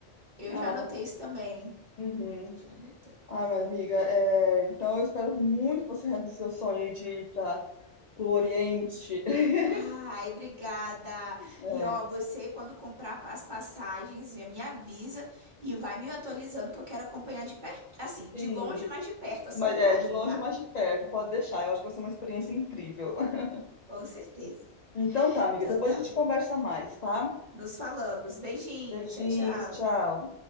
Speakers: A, on the right; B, on the left.
A: eu
B: Ah,
A: já anotei
B: mas,
A: isso também.
B: uhum.
A: Já anotei.
B: Ah, mas amiga, é, então eu espero muito que você realize seu sonho aí de ir para o Oriente. <laughs>
A: Ai, obrigada.
B: É,
A: E ó, você quando comprar pa- as passagens, me me avisa e vai me atualizando que eu quero acompanhar de perto, assim, de
B: sim,
A: longe, mas de perto a sua
B: mas
A: viagem,
B: é de longe,
A: tá?
B: mas de perto, pode deixar. Eu acho que vai ser uma experiência incrível. <laughs>
A: Com certeza.
B: Então tá, amiga,
A: Então
B: depois
A: tá
B: a gente
A: bem.
B: conversa mais, tá?
A: Nos falamos. Beijinho,
B: Beijinhos,
A: tchau, tchau.
B: tchau.